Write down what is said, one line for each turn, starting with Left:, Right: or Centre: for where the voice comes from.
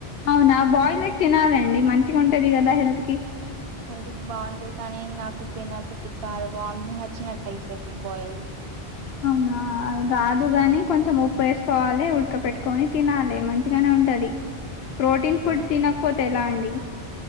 Left: అవునా బాయిల్డ్ ఎగ్ తినాలి కదా మంచిగా ఉంటది కదా హెల్త్ కి
Right: హెల్త్ బాగుంటది కానీ నాకు తిన బుద్ధి కాదు వాంతింగ్ వచ్చినట్టు అయితది బాల్ది
Left: అవున ఆ రాదు గాని కొంచెం ఉప్పు వేసుకోవాలి ఉడక పెట్టుకొని తినాలి మంచిగానే ఉంటది ప్రోటీన్ ఫుడ్
Right: ఆ
Left: తినకపోతే ఎలా అండి